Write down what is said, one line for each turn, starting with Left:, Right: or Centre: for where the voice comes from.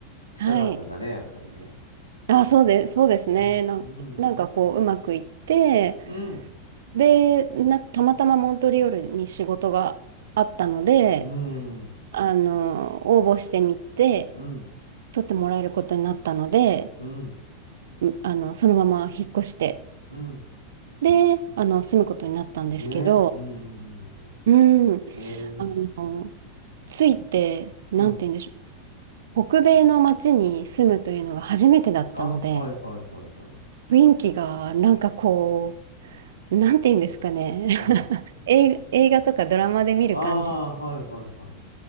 Left: 近かったんだね、
Right: はい。
Left: やっぱりね。
Right: あ、
Left: えーね。
Right: そうです、そうですね。なん、
Left: うん。
Right: なんかこう、うまくいって、
Left: うん。
Right: で、な、たまたまモントリオールに仕事があったので、
Left: うん。
Right: あの、応募してみて、
Left: うん。
Right: 取ってもらえることになったので、
Left: うん。
Right: うあの、そのまま引っ越して、
Left: うん。
Right: で、あの、住むことになったんですけど、
Left: ね。うん。
Right: うん、
Left: ええ
Right: あの、ついて、なんて言うんでしょ
Left: ー。うん。
Right: う、北米の街に住むというのが初めてだったので、
Left: あ、はいはいはいはい。
Right: 雰囲気がなんかこう、なんて言うんですかね、
Left: うん。
Right: <laughs> 映映画とかドラマで見る感じの
Left: ああ、はいはいはいはい。